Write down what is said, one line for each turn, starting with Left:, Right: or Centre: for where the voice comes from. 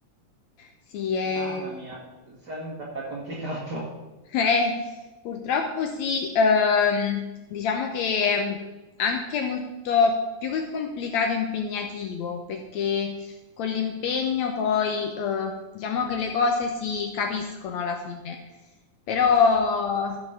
Left: Sì, è...
Right: mamma mia, sembra complicato.
Left: Eh, purtroppo sì, ehm, diciamo che è anche molto più che complicato, impegnativo, perché con l'impegno poi eh, diciamo che le cose si capiscono alla fine, però